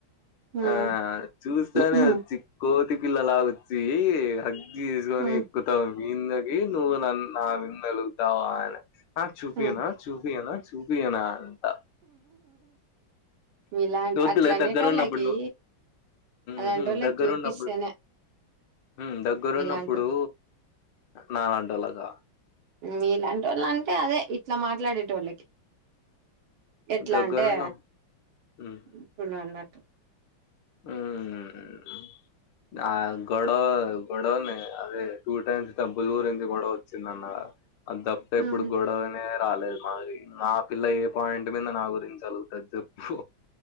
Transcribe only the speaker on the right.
హ్మ్
హ్మ్
హ్మ్
హ్మ్.
మీలా
అట్లా అనేటోళ్ళకి
అలాంటోల్లకి
చూపిస్తేనే
మీలాంటోళ్ళకి.
ఉమ్ మీ లాంటి వాళ్ళకు అంటే అదే ఇట్ల మాట్లాడే టోళ్ళకి ఎట్లా
అంటే
ఇప్పుడు ను అన్నట్టు
హ్మ్.